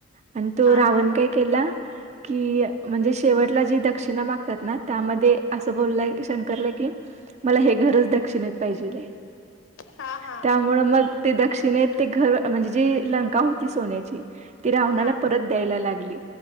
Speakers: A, on the right; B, on the left.
A: आणि तो
B: हां
A: रावण
B: हां
A: काय केला कि म्हणजे शेवटला जी दक्षिणा मागतात ना त्यामध्ये असं बोललंय शंकरला की मला हे घरच दक्षिणेत पाहिजे आहे
B: हां हां
A: त्यामु मग ते दक्षिणेत ते घर म्हणजे जी लंका होती सोन्याची ती रावणाला
B: हां
A: परत द्यायला लागली